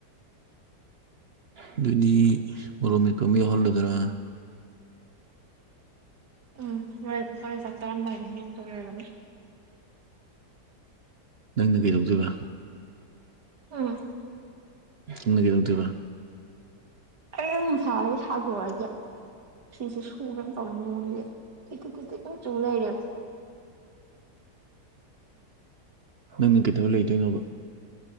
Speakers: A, on the right (about 50°); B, on the right (about 80°).
A: ꯑꯗꯨꯗꯤ ꯃꯣꯔꫭꯛ ꯃ‌ꯦꯠꯄ ꯑꯃ ꯌꯥꯎꯍꯜꯂꯨꯗꯅ꯫
B: ꯎꯝ ꯍꯣꯔꯦꯟ ꯍꯣꯔꯦꯟ ꯆꯥꯛ ꯆꯥꯔꯝꯗꯥꯏꯗ ꯃꯦꯠꯇꫭꯏ ꯑꯣꯏꯔꯝꯅꯤ꯫
A: ꯅꯪꯅ ꯀꯩꯗꯧꯗꯣꯏꯕꯥ
B: ꯎꯝ
A: ꯅꯪꯅ ꯀꯗꯧꯗꯣꯏꯕ
B: ꯑꯩꯅꯨꯡ <unintelligible> ꯍꯥꯎ ꯁꯥꯛꯔꯗ꯫ ꯐꯤꯁꯦ ꯁꯨꯒ‌ꯦꯅ ꯇꯧꯅ‌ꯦ ꯅꫭꯡꯖ‌ꯦ ꯇꯤꯠ ꯇꯤꯠ ꯇꯤꯠ ꯑꯗꯨꯝ ꯆꯨꯂꯩꯔ‌ꯦꯕ꯫
A: ꯅꯪꯅ ꯀꯩꯗꯧꯔ ꯂꯩꯗꯣꯏꯅꯣꯕ